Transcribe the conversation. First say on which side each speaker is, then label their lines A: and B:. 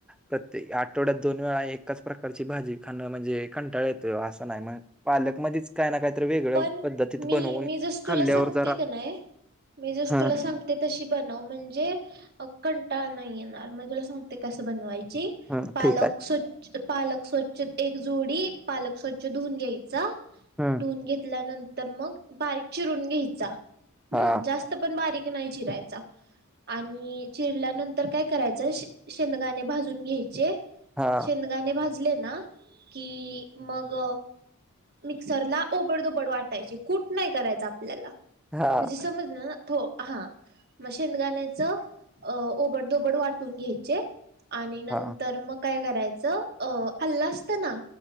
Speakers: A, in the centre; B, on the right.
A: प्रत्ये आठवड्यात दोन वेळा एकाच प्रकारची भाजी खाणं म्हणजे कंटाळा येतोय हो असं नाही मग पालक मधीच काय ना काहीतरी वेगळ्या
B: पण
A: पद्धतीत
B: मी
A: बनवून
B: मी जस
A: खाल्ल्यावर
B: तुला सांगते
A: जरा
B: का नाही मी जस
A: हं,
B: तुला सांगते तशी बनव म्हणजे कंटाळ नाही येणार. म तुला सांगते कस बनवायची.
A: हं.
B: पालक
A: ठीक आहे.
B: स्वच्छ पालक स्वच्छ एक जुडी पालक स्वच्छ धुऊन घ्यायचा
A: हं.
B: धून घेतल्यानंतर मग बारीक चिरून घ्यायचा.
A: हां,
B: हूं जास्त पण बारीक नाही चिरायचा. आणि चिरल्यानंतर काय करायचं शेंदगाणे भाजून घ्यायचे.
A: हां,
B: शेद दाणे भाजले ना कि मग मिक्सरला ओबडदोबड वाटायची कुट नाही करायच आपल्याला.
A: हां,
B: म्हणजे समजलं हो हा मग शेंदगाण्याच अ ओबड दोबड वाटून घ्यायचे. आणि नंतर
A: हां.
B: मग काय करायचं अ अल्ल असत ना